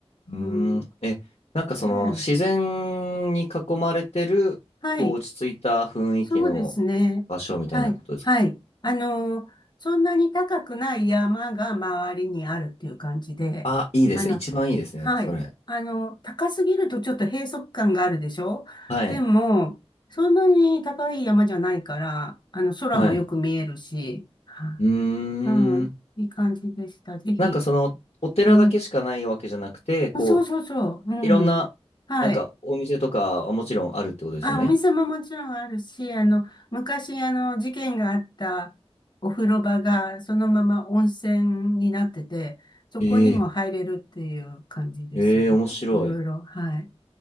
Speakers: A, on the left; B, on the left.
A: うーん。
B: うん。
A: え、なんかその自然に囲まれてる、
B: ええはい。
A: こう落ち着いた雰囲気の場所みたいなことですか
B: そうですね。はい、はい。あの、そんなに高くない山が周りにあるっていう感じで、
A: あ、いいですね一番いいですね、
B: あの、はい。
A: それ。
B: あの、高すぎるとちょっと閉塞感があるでしょでも、
A: はい。
B: そんなに高い山じゃないから、あの、空もよく見えるし、
A: はい。う
B: は
A: ーん。
B: いうん、いい感じでした。ぜひ。
A: なんかそのお寺だけしかないわけじゃなくて、
B: うん。
A: こう、
B: そうそうそう。うん。
A: いろんな、
B: はい。
A: なんかお店とかはもちろんあるってことですよね。
B: あ、お店ももちろんあるし、あの、昔、あの、事件があったお風呂場が、そのまま温泉になってて、そこにも入れるっていう感じですね。
A: ええええ面白い。
B: いろいろ、はい。